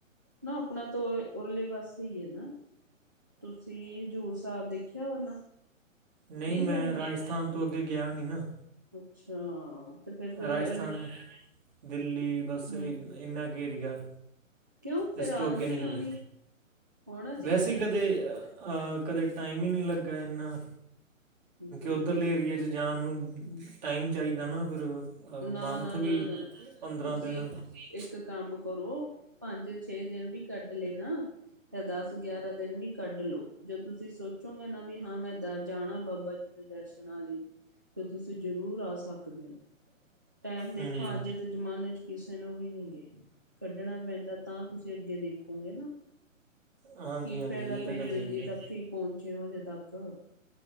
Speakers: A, on the right; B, on the right.
A: ਨਾ ਆਪਣਾ ਤੋਂ ਓਏ ਓਰਲੀ ਬਸ। ਸਹੀ ਐ ਨਾ, ਤੁਸੀਂ ਹਜ਼ੂਰ ਸਾਅਬ ਦੇਖਿਆ ਹੋਨਾ?
B: ਨਈ
A: ਨਹੀਂ
B: ਮੈਂ
A: ਗਏ ਹੋ?
B: ਰਾਜਸਥਾਨ ਤੋਂ ਅੱਗੇ ਗਿਆ ਨੀ ਨਾ।
A: ਅੱਛਾ ਤੇ ਫਿਰ ਐਵੇਂ
B: ਰਾਜਸਥਾਨ, ਦਿੱਲੀ ਬਸ
A: ਹਮ
B: ਇ ਇਨਾ ਕ ਏਰੀਆ।
A: ਕਿਉਂ ਫਿਰ
B: ਇਸ
A: ਆਂਦੇ
B: ਤੋਂ ਅੱਗੇ ਨਹੀਂ
A: ਕਿਉਂ
B: ਗੇਆ,
A: ਨੀ ਹੋਣਾ ਚਾਹੀਦਾ
B: ਵੈਸੇ ਹੀ
A: ਨਾ
B: ਕਦੇ, ਆਹ ਕਦੇ ਟਾਈਮ ਈ ਨਿ ਲਗਾ ਏਨਾ,
A: ਹਮ
B: ਓਦਰਲੇ ਏਰੀਏ ਜੇ ਜਾਣ ਨੂੰ, ਟਾਈਮ ਚਾਈਦਾ ਨਾ ਫਿਰ ਅ
A: ਨਾ
B: ਮੰਨਥ
A: ਨਾ ਨਾ
B: ਵੀ
A: ਨਾ
B: ਪੰਦਰਾਂ
A: ਤੁਸੀਂ
B: ਦਿਨ ਤੁਸੀ।
A: ਇੱਕ ਕੰਮ ਕਰੋ, ਪੰਜ ਛੇ ਦਿਨ ਵੀ ਕੱਢ ਲੇ ਨਾਂ ਤੇ ਦਸ ਗਿਆਰਾਂ ਦਿਨ ਵੀ ਕੱਢ ਲੋੋ, ਜੋ ਤੁਸੀਂ ਸੋ ਚੁੰਗੇ ਨਾ ਵੀ ਹਾਂ ਮੈਂ ਦਰ ਜਾਣਾ ਬਾਬਾ ਜੀ ਦੇ ਦਰਸ਼ਨਾਂ ਲਈ। ਤੇ ਤੁਸੀਂ ਜ਼ਰੂਰ ਆ ਸਕਦੇ ਓ। ਟੈਮ ਦੇਖੋ
B: ਹੂੰ
A: ਅੱਜ ਦੇ ਜ਼ਮਾਨੇ ਚ ਕਿਸੇ ਨੂੰ ਵੀ ਨੀ ਗੇ। ਕੱਢਣਾ ਪੈਂਦਾ ਤਾਂ ਤੁਸੀਂ ਅੱਗੇ ਦੇਖੋਗੇ ਨਾ।
B: ਹਾਂਜੀ
A: ਕੀ
B: ਹਾਂਜੀ
A: ਫੈਦਾ
B: ਇਹ ਤਾਂ
A: ਫੇਰ
B: ਗੱਲ
A: ਦਿੱਲੀ
B: ਹੈਗੀ ਆ
A: ਤੱਕ ਈ ਪੌਂਚੇ ਓ ਹਜੇ ਤੱਕ।